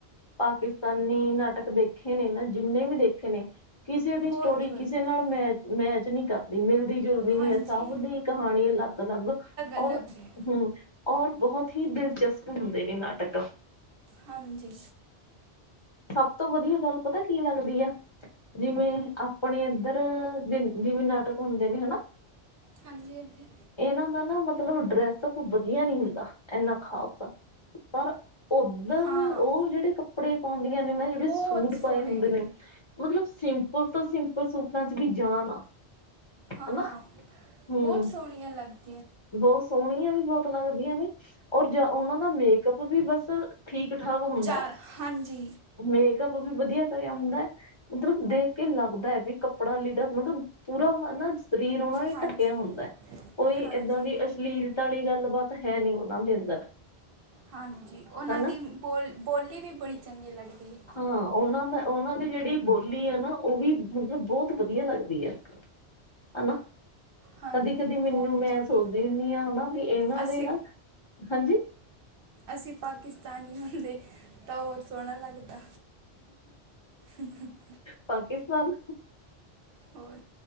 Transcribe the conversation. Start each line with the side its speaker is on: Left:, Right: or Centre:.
Left: ਪਾਕਿਸਤਾਨੀ ਨਾਟਕ ਦੇਖੇ ਨੇ ਨਾ ਜਿੰਨੇ ਵੀ ਦੇਖੇ ਨੇ ਕਿਸੇ ਦੀ
Right: ਬਹੁਤ
Left: ਸਟੋਰੀ
Right: ਵਧੀਆ
Left: ਕਿਸੇ ਨਾਲ ਮੈਚ ਮੈਚ ਨਹੀਂ ਕਰਦੀ ਮਿਲਦੀ ਜੁਲਦੀ ਨੀ
Right: ਹਾਂਜੀ
Left: ਹੈ ਸਭ ਦੀ ਕਹਾਣੀ ਅਲੱਗ- ਅਲੱਗ ਔਰ
Right: ਅਲੱਗ ਹੈ
Left: ਹੂੰ ਔਰ ਬਹੁਤ ਹੀ ਦਿਲਚਸਪ ਹੁੰਦੇ ਨੇ ਨਾਟਕ
Right: ਹਾਂਜੀ।
Left: ਸਭ ਤੋਂ ਵਧੀਆ ਗੱਲ ਪਤਾ ਕੀ ਲੱਗਦੀ ਆ ਜਿਵੇਂ ਆਪਣੇ ਇੱਧਰ ਜਿਵੇਂ ਨਾਟਕ ਹੁੰਦੇ ਨੇ ਹੈਨਾ।
Right: ਹਾਂਜੀ- ਹਾਂਜੀ।
Left: ਇਹਨਾਂ ਦਾ ਨਾ ਮਤਲਬ ਡਰੈਸਪ ਵਧੀਆ ਨੀ ਹੁੰਦਾ ਏਨਾ ਖ਼ਾਸ ਪਰ ਉੱਧਰ
Right: ਹਾਂ
Left: ਉਹ ਜਿਹੜੇ ਕੱਪੜੇ ਪਾਉਂਦੀਆਂ ਨੇ ਨਾ ਜਿਹੜੇ
Right: ਬਹੁਤ
Left: ਸੂਟ
Right: ਸੋਹਣੇ
Left: ਪਾਏ ਹੁੰਦੇ ਨੇ ਮਤਲਬ ਸਿੰਪਲ ਤੋਂ ਸਿੰਪਲ ਸੂਟਾਂ ਚ ਵੀ ਜਾਣ ਆ।
Right: ਹਾਂ
Left: ਹਨਾ ਹਮ
Right: ਬਹੁਤ ਸੋਹਣੀਆਂ ਲੱਗਦ
Left: ਬਹੁਤ ਸੋਹਣੀਆਂ ਵੀ ਬਹੁਤ ਲੱਗਦੀਆਂ ਨੇ ਔਰ ਉਹਨਾਂ ਦਾ ਮੇਕਅਪ ਵੀ ਬਸ ਠੀਕ ਠਾਕ ਹੁੰਦਾ
Right: ਜਾ ਹਾਂਜੀ
Left: ਮੇ, ਕਅਪ ਵੀ ਵਧੀਆ ਕਰਿਆ ਹੁੰਦਾ। ਮਤਲਬ ਦੇਖ ਕੇ ਲੱਗਦਾ ਹੈ ਵੀ ਕੱਪੜਾ ਲੀੜਾ ਮਤਲਬ ਪੂਰਾ ਨਾ ਸਰੀਰ ਉਹਨਾਂ ਨੇ
Right: ਹਾਂਜੀ
Left: ਢੱਕਿਆ ਹੁੰਦਾ ਕੋਈ
Right: ਹਾਂਜੀ
Left: ਏਦਾਂ ਦੀ ਅਸ਼ਲੀਲਤਾ ਵਾਲੀ ਗੱਲਬਾਤ ਹੈ ਨੀ ਉਹਨਾਂ ਦੇ ਅੰਦਰ।
Right: ਹਾਂਜੀ ‌, ਉਹਨਾਂ
Left: ਹਨਾ।
Right: ਦੀ ਬੋਲ ਬੋਲੀ ਵੀ ਬੜੀ ਚੰਗੀ ਲੱਗਦੀ ਏ।
Left: ਹਾਂ ਉਹਨਾਂ ਦਾ ਉਹਨਾਂ ਦੀ ਜਿਹੜੀ ਬੋਲੀ ਆ ਨਾ ਉਹ ਵੀ ਮਤਲਬ ਬਹੁਤ ਵਧੀਆ ਲੱਗਦੀ ਏ। ਹੈਨਾ।
Right: ਹਾਂਜੀ
Left: ਕਦੀ- ਕਦੀ ਮੈਨੂੰ
Right: ਬਹੁਤ
Left: ਮੈਂ
Right: ਸੋਹਣੀ
Left: ਸੋਚਦੀ ਹੁੰਦੀ ਹੈਨਾ ਇਹਨਾਂ
Right: ਅਸੀਂ
Left: ਦੇ ਨਾ ਹਾਂਜੀ।
Right: ਅਸੀਂ ਪਾਕਿਸਤਾਨੀ ਹੁੰਦੇ ਤਾਂ ਹੋਰ ਸੋਹਣਾ ਲੱਗਦਾ। ਹ <inaudible>
Left: ਪਾਕਿਸਤਾਨ।
Right: ਹੋਰ